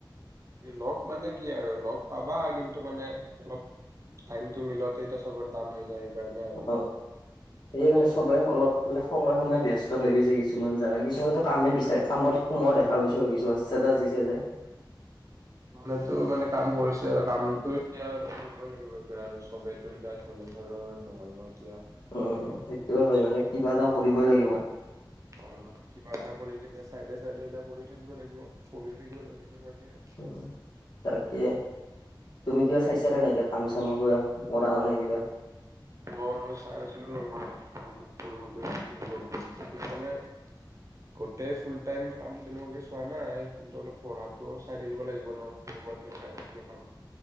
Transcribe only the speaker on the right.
লগ মানে কি আৰু লগ পাবা কিন্তু মানে অলপ টাইমটো মিলাওতে এতিয়া চবৰে তান হৈ যায়। সেইকাৰণে আৰু।
মানেতো মানে কাম কৰিছে আৰু কামতটো এতিয়া আৰু কৰিবই লাগিব, এতিয়া আৰু চবো এতিয়া ম ঘৰৰ নহয় ন এতিয়া।
অ', অলপ কিবা এটা কৰি কিনে চাইডে-চাইডে এতিয়া কৰিও থাকিব লাগিব পঢ়িও থাকিব লাগিব সনেকুৱাকে আৰু।
অ', মই চাই আছিলোঁ <unintelligible> মানে গোটেই ফুল টাইম কাম তেনেকুৱাকে চোৱা নাই কিন্তু অলপ পঢ়াটো চাই থাকিব লাগিব ন? তেনেকুৱাকৈ চাই আছিলোঁ কাম।